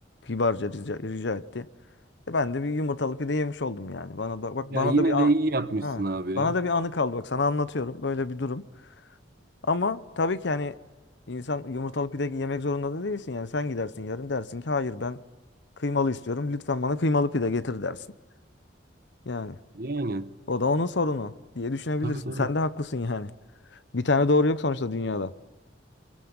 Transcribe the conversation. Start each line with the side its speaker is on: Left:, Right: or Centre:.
Left: Kibarca rica, rica etti. E ben de bir yumurtalı pide yemiş oldum yani. Bana da bak
Right: ya
Left: bana
Right: yine
Left: da bir
Right: de
Left: an,
Right: iyi yapmışsın
Left: ha,
Right: abi
Left: bana
Right: ya.
Left: da bir anı kaldı bak sana anlatıyorum böyle bir durum. Ama tabii ki hani insan yumurtalı pide yemek zorunda da değilsin yani sen gidersin yarın dersin ki hayır ben kıymalı istiyorum. Lütfen bana kıymalı pide getir dersin. Yani
Right: Yani
Left: o da onun sorunu diye düşünebilirsin.
Right: tabii tabii.
Left: Sen de haklısın yani. Bir tane doğru yok sonuçta dünyada.